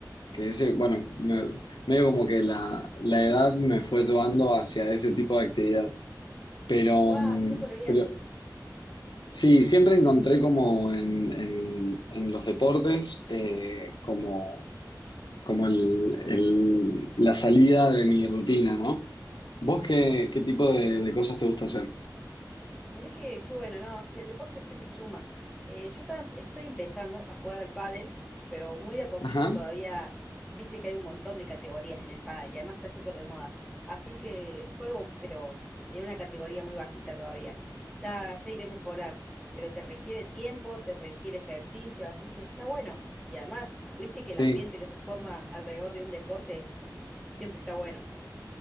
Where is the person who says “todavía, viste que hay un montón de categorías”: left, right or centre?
Centre